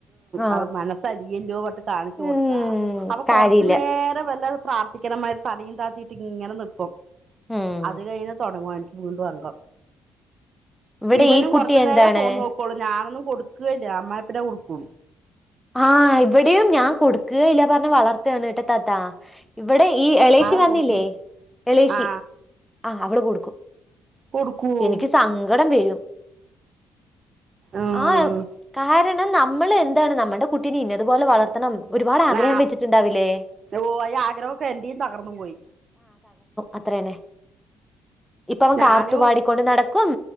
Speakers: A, in the centre; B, on the right.
A: ആ
B: അത് മനസ്സലിയല്ലോ പട്ട് കാണിച്ചു
A: ഉം
B: കൊടുത്താ അപ്പൊ
A: കാര്യല്ല
B: കൊർച്ച് നേരം വല്ല പ്രാർത്ഥിക്ക്ണമാരി തലേം താത്തിട്ട് ങ്ങനെ നിക്കും
A: ഉം
B: അത് കഴിഞ് തൊടങ്ങുവൻ വീണ്ടും അങ്കം
A: ഇവിടെ
B: ഇവനും
A: ഈ കുട്ടി
B: കൊർച്ച്
A: എന്താണ്
B: നേരെ ഫോൺ നോക്കൊള്ളൂ ഞാനൊന്നും കൊടുക്കേ ല്ല അമ്മായിപ്പന കൊടുക്കൂ
A: ആ ഇവടിം ഞാൻ കൊടുക്കേല്ല പർഞ്ഞ് വളർ ത്താണ് ഇത്താത്താ ഇവിടെ ഈ എളേശി
B: ആരാ
A: വന്നില്ലേ
B: കൊടുക്കണു
A: എളേശി
B: ആ
A: ആ അവള് കൊടുക്കും
B: കൊടുക്കുവോ
A: എനിക്ക് സങ്കടം വരും
B: ഉം
A: ആഹ് കാരണം നമ്മള് എന്താണ് നമ്മ കുട്ടീനെ ഇന്നതുപോലെ വളർത്തണം ഒരുപാട് ആഗ്രഹം
B: ആ
A: വച്ചിട്ടുണ്ടാവില്ലേ
B: ഓ ആഗ്രഹൊക്കെ എന്റെയും തകർന്ന് പോയി
A: അത്ര തന്നെ ഇപ്പം അവൻ
B: ഞാനും
A: കാർത്തു പാടിക്കൊണ്ട് നടക്കും